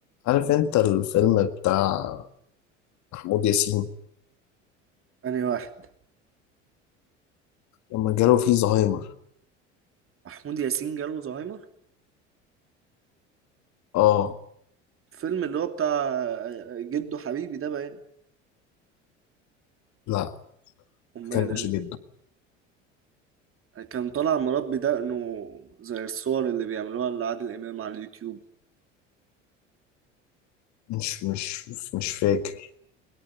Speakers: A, on the left; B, on the right.
A: عارف انت الفيلم بتاع محمود ياسين
B: أنهي واحد
A: لما جاله فيه زهايمر
B: محمود ياسين جاله زهايمر
A: اه
B: الفيلم اللي هو بتاع آه، جده حبيبي ده باين
A: لا
B: أمال
A: ما كانش
B: أنا
A: جده
B: كان طالع مربي دقنه زي الصور اللي بيعملوها لعادل إمام على اليوتيوب
A: مش مش مش فاكر